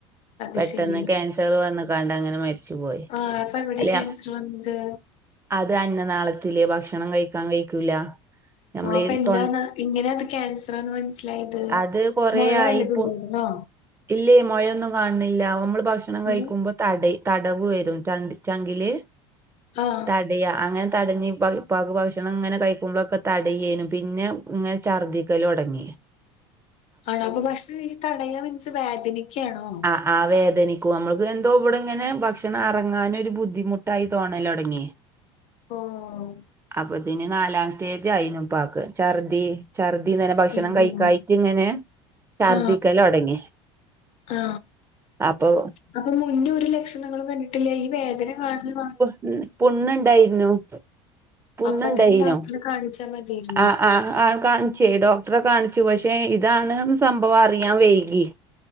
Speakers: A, on the left (about 50°); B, on the right (about 20°).
A: അത്
B: പെട്ടെന്ന്
A: ശരി.
B: ക്യാൻസർ വന്ന്ക്കാണ്ട് അങ്ങനെ മരിച്ചുപോയി
A: ആ അപ്പൊ എവിടെ
B: അലി
A: ക്യാൻസർ
B: അ
A: വന്നത്?
B: അത് അന്ന നാളത്തില് ഭക്ഷണം കഴിക്കാൻ കഴിക്കൂല നമ്മളീ
A: ഓഹ് അപ്പ എന്താന്ന്
B: തൊ
A: ഇങ്ങനെത് ക്യാൻസറാന്ന് മൻസ്സിലായത്
B: അത് കൊറേ
A: മൊഴ
B: ആയിപ്പോ
A: വല്ലതും ഉണ്ടായിരുന്നോ?
B: ഇല്ലേ മൊഴെന്നും കാൺണില്ല അമ്മള് ഭക്ഷണം
A: പിന്നെ
B: കഴിക്കുമ്പ തടയ് തടവ്വ് വെരും ചൻ ചങ്കില്
A: ആഹ്
B: തടയാ അങ്ങനെ തടഞ്ഞ് ഇപ്പ ഇപ്പാക്ക് ഭക്ഷണം ഇങ്ങനെ കഴിക്കുമ്പളൊക്കെ തടയേനു പിന്നെ ഇങ്ങനെ ഛർദിക്കലൊടങ്ങി
A: ആണൊ അപ്പ ഭക്ഷണ കയ്ഞിട്ട് അടയ മിൻസ്, വേദനിക്കാണൊ?
B: ആഹ് വേദനിക്കും ഞമ്മക്ക് എന്തോ ഇവടെ ഇങ്ങനെ ഭക്ഷണം എറങ്ങാനൊരു ബുദ്ധിമുട്ടായി തോന്നലൊടങ്ങി
A: ഓഹ്
B: അപ്പതിന് നാലാം സ്റ്റേജായീനു ഉപ്പാക്ക് ഛർദി ഛർദ്ദിങ്ങനെ ഭക്ഷണം
A: അയ്യോ.
B: കൈകായ്ട്ട്ങ്ങനെ ഛർദിക്കലൊടങ്ങി
A: ആ ആ
B: അപ്പൊ
A: അപ്പൊ മുന്നെ ഒര് ലക്ഷണങ്ങളും കണ്ട്ട്ടില്ല ഈ വേദന മാത്രം
B: ഉം പുണ്ണ്ണ്ടായ്ര്ന്നു പുണ്ണ്ണ്ടായ്നോ
A: അപ്പ തന്നെ ഡോക്ടറെ കാണിച്ചാ മതിയായിരുന്നു.
B: ആഹ് ആഹ് കാൺചേ ഡോക് ഡോക്ടറെ കാണിച്ചു പക്ഷേ ഇതാണ് സംഭവം അറിയാൻ വൈകി